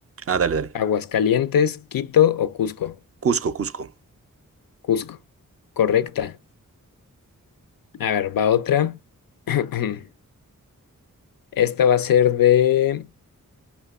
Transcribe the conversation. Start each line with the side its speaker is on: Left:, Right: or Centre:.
Right: Ah, dale, dale.
Left: Aguascalientes, Quito o Cusco?
Right: Cusco, Cusco.
Left: Cusco. Correcta. A ver, va otra. <clears throat> Esta va a ser de,